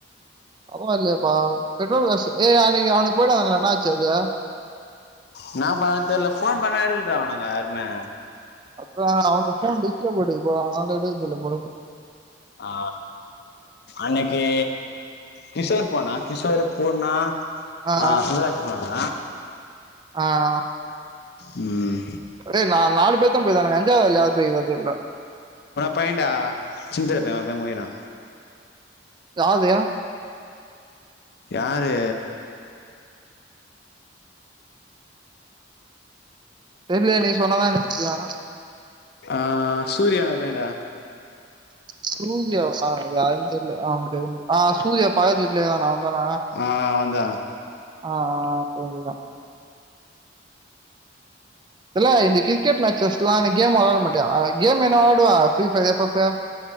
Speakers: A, on the right; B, on the left.
A: பரவா இல்லையேபா பெட்ரோல் காஸ் ஏய் அன்னிக்கு அவனுக்கு போய்டு வந்தாங்களே என்ன ஆச்சு அது
B: இன்ன பண்றாங் தெர்ல ஃபோன் பண்ணா எடுக்குலன்ரா அவுனுங்க யாருமே
A: அப்றோ அவன்ட ஃபோன் டிஸ்ப்ளே போய்டுகுது ப்ரோ அவனான்ட எடுக்கச் சொல்லு ப்ரோ போன்
B: ஆ அன்னக் கி கிஷோர் போனா கிஷோர் பூர்னா
A: ஆ
B: அ சிவராஜ் போனா
A: ஆ ஆ
B: ம்
A: அடே நா நானு பேரு தா போய் இருக்கானுங்க அஞ்சாவது ஆளு யார் போயிருக்க தெர்ல
B: பையேன்டா சின்தடுப்பே ஒரு பையன் போயிரா
A: யார் தேயா
B: யாரு
A: தெர்லயே நீ சொன்னதா எனக் தெரியு
B: ஆ ஆ சூர்யா பய்யேன்டா
A: சூர்யாவா சார் அது யாருன் தெர்ல அவனுக் தெரியு ஆ சூர்யா பக்கத்து வீட்ல இருக்கானா அவன் தான
B: ஆ ஆ அவந்தா
A: ஆ ஆ திரும்பி தா தல இந்த கிரிக்கெட் மேச்சஸ்லா நீ கேம் வெளாட மாட்டியா கேம் என்ன வெளாடுவ ப்ரி பய்ரு எப் ஃபப் ஃபு